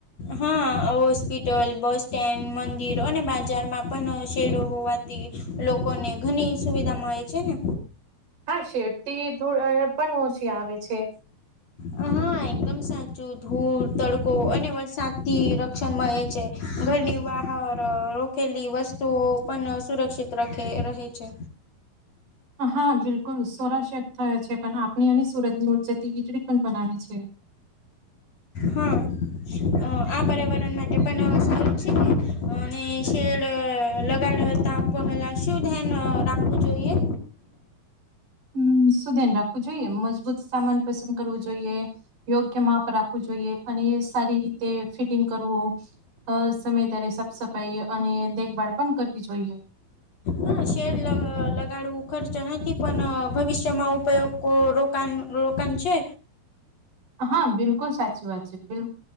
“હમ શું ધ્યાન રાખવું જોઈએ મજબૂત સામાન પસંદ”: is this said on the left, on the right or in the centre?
Right